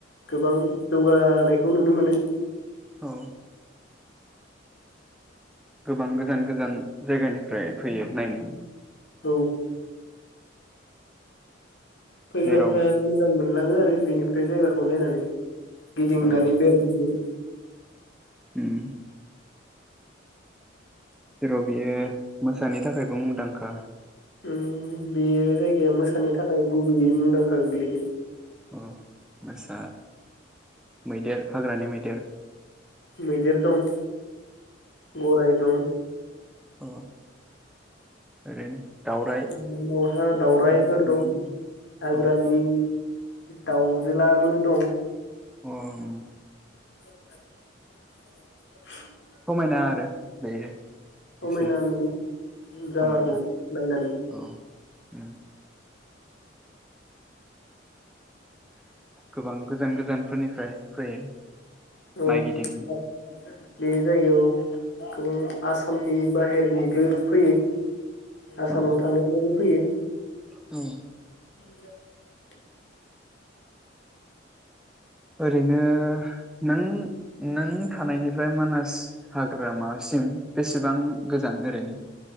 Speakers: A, on the left; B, in the centre.
A: गोबां जौगानायखौ नुनो मोनो।
B: औ गोबां गोजान गोजान जायगानिफ्राय फैयो नायनो?
A: औ फैग्राफोरा
B: जेराव
A: मोजां मोनलाङो बेनि <unintelligible> बे जायगाखौ नायनानै गिदिंनानै
B: औ
A: बेरायनानै
B: उम जेराव बियो मोसानि थाखायबो मुंदांखा
A: उम बियो जायगाया मोसानि थाखाय गुबैयै मुं दांखा गोग्लैयो
B: औ मोसा मैदेर हाग्रानि मैदेर
A: मैदेर दं गराइ दं
B: अ ओरैनो दावराइ
A: दाउमा दाउसा दाउरायाइफोर
B: दाउफोरखौ
A: दं हाग्रानि
B: औ
A: दाउजोलाबो दं
B: अ ओं
A: <inaudible>
B: मायना आरो बेयो
A: समायना
B: एसे
A: नुयो जागाखौ
B: समायना
A: नायनानै
B: औ उम गोबां गोजान गोजानफोरनिफ्राय फैयो
A: औ
B: नायगिदिंनो
A: बे जायगायाव गोबां आसामनि बाहेरनिबो फैयो आसामाव
B: औ
A: थानायब्लाबो फैयो
B: औ
A: <unintelligible>
B: ओरैनो नों नों थानायनिफ्राय मानास हाग्रामासिम बेसेबां गोजान ओरैनो